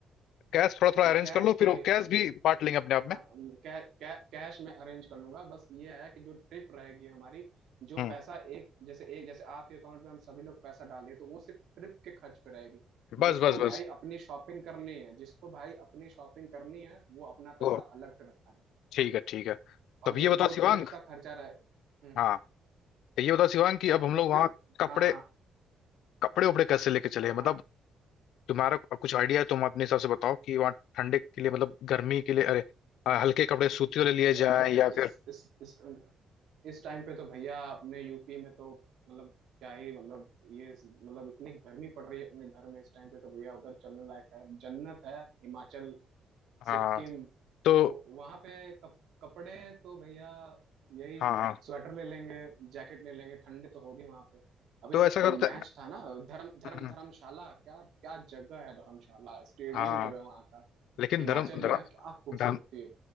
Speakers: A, on the left; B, on the right.
A: कैश थोड़ा थोड़ा अरेंज
B: कैश
A: कर लो
B: तो
A: फिर वो
B: भाई
A: कैश भी बांट लेंगे अपने आप में
B: हाँ कै, कै, कैश मैं अरेंज कर लूंगा बस ये है कि जो ट्रिप रहेगी हमारी जो
A: हम्म
B: पैसा एक जैसे एक जैसे आपके अकाउंट में हम सभी लोग पैसा डाल दें तो वो सिर्फ ट्रिप के खर्च पे रहेगी
A: बस
B: जिसको
A: बस
B: भाई
A: बस
B: अपनी शॉपिंग करनी है जिसको भाई अपनी शॉपिंग करनी है वो अपना
A: ओ
B: पैसा अलग से रखता है
A: ठीक है ठीक है
B: और
A: तब
B: जो
A: ये बताओ
B: जो
A: शिवांग
B: ट्रिप का खर्चा रहे हम्म,
A: हाँ तो ये बताओ शिवांग कि अब हम
B: जो
A: लोग
B: ट्रिप
A: वहाँ कपड़े
B: हाँ हाँ
A: कपड़े उपड़े कैसे लेके चले मतलब
B: हाँ
A: तुम्हारा कुछ आइडिया है तुम अपने हिसाब से बताओ कि वहाँ ठंडे के लिए मतलब गर्मी के लिए अरे अ, हल्के कपड़े सूती वाले लिए
B: भैया
A: जाए या
B: इस
A: फिर
B: इस इस इस टाइम पे तो भैया अपने यूपी में तो मतलब क्या ही मतलब ये मतलब इतनी गर्मी पड़ रही है अपने घर में इस टाइम पे तो भैया उधर चलने लायक है जन्नत है हिमाचल
A: हाँ
B: सिक्किम
A: तो
B: तो वहाँ पे कप, कपड़े तो भैया यही
A: हाँ हाँ
B: स्वेटर ले लेंगे जैकेट ले लेंगे ठंड तो होगी वहाँ पे अभी
A: तो
B: तो
A: ऐसा करते
B: मैच था ना धर्म धर्म
A: हम्म,
B: धर्मशाला क्या क्या जगह है धर्मशाला स्टेडियम
A: हाँ
B: जो है वहाँ का
A: लेकिन
B: हिमाचल
A: धर्म धर्म
B: में क्या खूबसूरती
A: धर्म
B: है